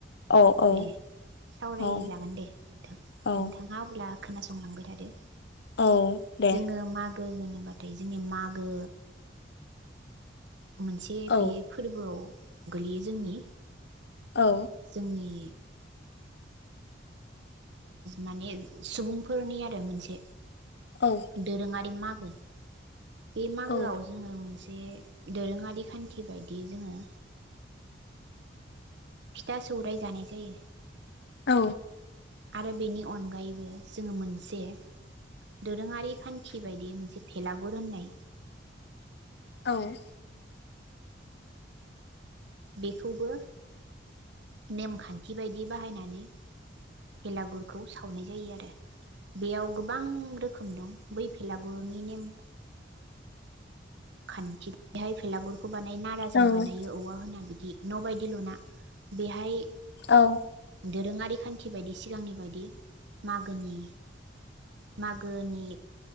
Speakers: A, on the left; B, on the right.
A: औ औ
B: दे सावरायजागोन
A: औ
B: दे थां
A: औ
B: नोंथाङा अब्ला खोनासंलांबाय थादो
A: औ दे
B: जोङो मागो होनो बाथाय जोंनिया मागो मोनसे बे
A: औ
B: फोरबोआव गोलैयो जोंनि
A: औ
B: जोंनि माने सुबुंफोरनि आरो मोनसे
A: औ
B: दोरोङारि मा गो <unintelligible> बे मागोआव
A: औ
B: जोङो मोनसे जे दोरोङारि खान्थि बायदियै जोङो फिथा सौराय जानाय जायो
A: औ
B: आरो बेनि अनगायैबो जोङो मोनसे दोरोङारि खान्थि बायदि मोनसे भेलागुर होननाय
A: औ
B: बेखौबो नेमखान्थि बायदि बाहायनानै बेलागुरखौ सावनाय जायो आरो । बेयाव गोबां रोखोम दं बै फेला गुरनि नेम खान्थि बेहाय फेलागुर खौ बानायो नारा जों
A: औ
B: बानायो
A: औ
B: औवा होनानै दि न'बायदि लुना बेहाय
A: औ
B: दोरोङारि खान्थि बायदि सिगांनि बायदि मागोनि मागोनि